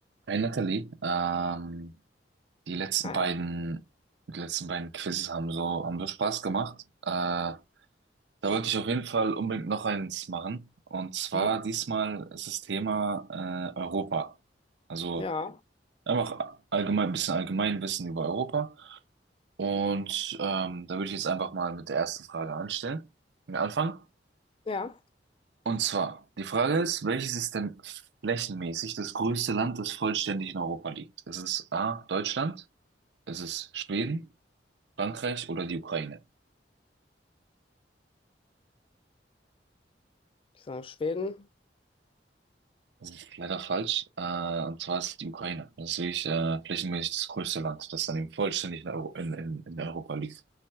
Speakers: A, on the right; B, on the left.
A: Hey Nathalie, ähm, die letzten
B: Hi.
A: beiden, die letzten beiden Quizzes haben so, haben so Spaß gemacht. Äh, da wollte ich auf jeden Fall unbedingt noch eins machen. Und zwar
B: Mhm.
A: diesmal ist das Thema äh, Europa. Also
B: Ja,
A: einfach allgemein, ein bisschen Allgemeinwissen über Europa. Und ähm, da würde ich jetzt einfach mal mit der ersten Frage anstellen, äh, anfangen.
B: ja.
A: Und zwar, die Frage ist, welches ist denn flächenmäßig das größte Land, das vollständig in Europa liegt? Ist es A, Deutschland? Es ist Schweden, Frankreich oder die Ukraine.
B: Ich sage Schweden.
A: Das ist leider falsch. Äh, und zwar ist es die Ukraine. Das ist wirklich äh, flächenmäßig das größte Land, das dann eben vollständig in, Euro in, in, in Europa liegt.